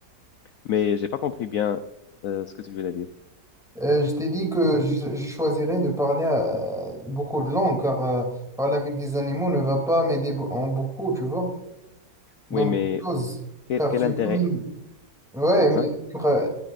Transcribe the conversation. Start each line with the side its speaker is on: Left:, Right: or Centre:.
Left: mais j'ai pas compris bien euh, ce que tu voulais dire.
Centre: Euh, je t'ai dit que je, je choisirais de parler euh, beaucoup de langues, car euh, parler avec des animaux ne va pas m'aider be- en beaucoup, tu vois, dans
Left: Oui,
Centre: beaucoup
Left: mais
Centre: de choses.
Left: quel,
Centre: Car
Left: quel
Centre: tu
Left: intérêt?
Centre: vois, même- Ouais,
Left: exact.
Centre: mais pour, euh,